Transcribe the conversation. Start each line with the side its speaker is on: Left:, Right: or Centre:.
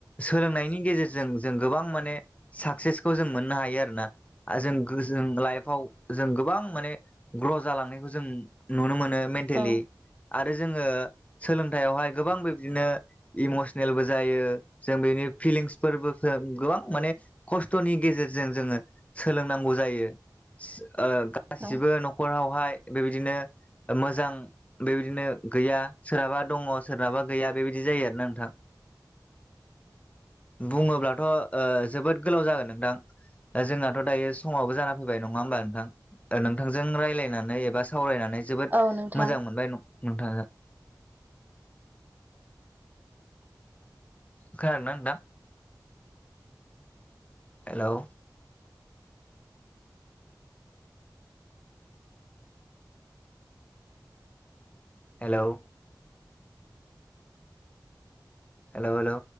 Left: सोलोंनायनि गेजेरजों जों गोबां मान माने साक्सेसखौ जों मोननो हायो आरोना जों जों लाइफआवव जों गोबां माने ग्र' जालांनायखौ जों नुनो मोनो मेन्टेलि
Right: औ
Left: आरो जोङो सोलोंथाइयावहाय गोबां बिब्दिनो इमसनेलबो जायो जों बेनि फिलिंसफोरबो गोबां माने खस्थ'नि गेजेरजों जोङो सोलोंनांगौ जायो ओ गासिबो
Right: औ
Left: न'खरावहाय बेबायदिनो मोजां बेबायदिनो गैया सोरहाबा दङ सोरनाबा गैया बेबायदि जायो आरोना नोंथां बुङोब्लाथ' ओ जोबोद गोलाव जागोन नोंथां जोंनाथ' दायो समावबो जाना फैबाय नङा होमबा नोंथां नोंथांजों रायज्लायनानै एबा सावरायनानै जोबोद
Right: औ नोंथां
Left: मोजां मोनबाय न नोंथांजों खोनादों ना नोंथां? Hello hello hello hello